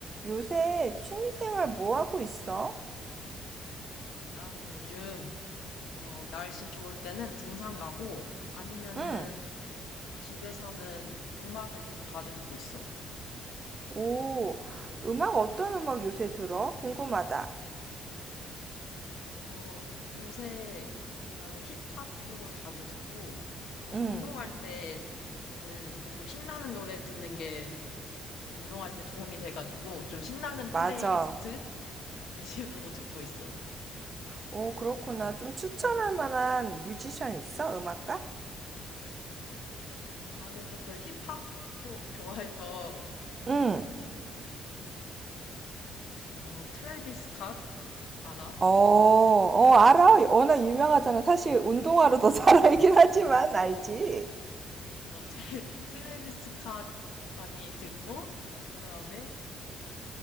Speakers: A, on the right; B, on the left.
A: 요새 취미생활 뭐 하고 있어?
B: 난 요즘, 어, 날씨 좋을 때는 등산 가고, 아니면은
A: 응.
B: 집에서는 음악을 좀 자주 듣고 있어.
A: 오, 음악 어떤 음악 요새 들어? 궁금하다.
B: 어, 요새 나는 힙합도 자주 듣고, 또
A: 응,
B: 운동할 때는 조금 신나는 노래 듣는 게, 어, 운동할 때 도움이 돼가지고, 좀 신나는
A: 맞아.
B: 플레이리스트 <laughs> 위주로 듣고 있어.
A: 오, 그렇구나.
B: 어,
A: 좀 추천할 만한 뮤지션 있어? 음악가?
B: 나는 조금 힙합 쪽 좋아해서,
A: 응.
B: 어, 트래비스 스캇 알아?
A: 어, 어, 알아. 워낙 유명하잖아. 사실 운동화로 더 잘 <laughs> 알긴 하지만 알지?
B: 어, 트레, <laughs> 트래비스 캇 많이 듣고, 그 다음에